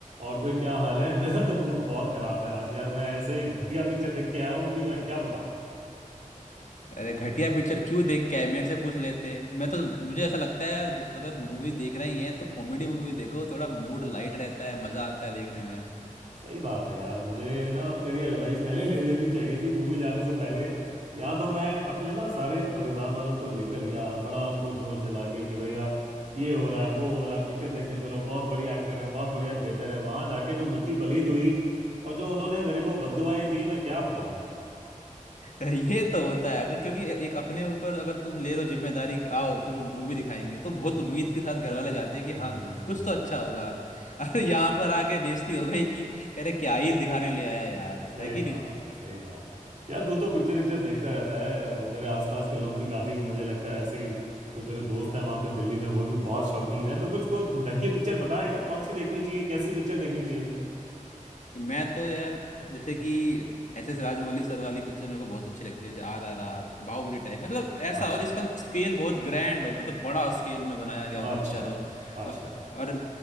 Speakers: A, on the right (about 60°); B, on the left (about 65°).
A: और भाई क्या हाल है <laughs> मेरा तो मूड बहुत खराब है आज यार मैं ऐसे एक घटिया पिक्चर देख के आया हूँ कि मैं क्या बताऊँ
B: अरे घटिया पिक्चर क्यों देख कैमरे से पूछ लेते मैं तो मुझे ऐसा लगता है जिस अगर मूवी देख रही है तो कॉमेडी मूवी देखो थोड़ा मूड लाइट रहता है मजा आता है देखने में
A: सही बात है यार मुझे ना तेरी एडवाइस पहले ले लेनी चाहिए थी मूवी जाने से पहले या तो मैं अपने ना सारे परिवार वालों को लेकर गया बड़ा उनको जोश जला के कि भैया ये हो रहा है वो हो रहा है पिक्चर देखने चलो बहुत बढ़िया एक्टर है बहुत बढ़िया थिएटर है वहां जाके जो मिट्टी पलीद हुई और जो उन्होंने मेरे को बददुआएं दी मैं क्या बताऊं यार
B: <laughs> ये तो होता है अगर क्योंकि एक अपने ऊपर अगर तुम ले लो जिम्मेदारी कि आओ तुम मूवी दिखाएंगे तो बहुत उम्मीद के साथ घर वाले जाते हैं कि
A: हम्म
B: हाँ कुछ तो अच्छा होगा <laughs> अरे यहाँ पर आके बेइज्जती हो गई कि अरे क्या ही दिखाने ले आया यार
A: सही
B: है कि
A: बात
B: नहीं
A: है सही बात है यार तू तो पिक्चर पिक्चर देखता रहता है वो तेरे आसपास के लोग भी काफी मुझे लगता है ऐसे ही जो तेरे दोस्त हैं वहां पे दिल्ली में वो भी बहुत शौकीन है तो कुछ को ढंग की पिक्चर बता यार कौन सी देखनी चाहिए कैसी पिक्चर देखनी चाहिए
B: मैं तो यार जैसे कि एस एस राजमौली सर वाली पिक्चर मेरे को बहुत अच्छी लगती है जैसे R R R Baahubali type मतलब ऐसा
A: अच्छा
B: हो जिसका स्केल बहुत ग्रैंड हो मतलब बड़ा स्केल में बनाया गया हो
A: अच्छा
B: पिक्चर हो
A: अच्छा
B: और, और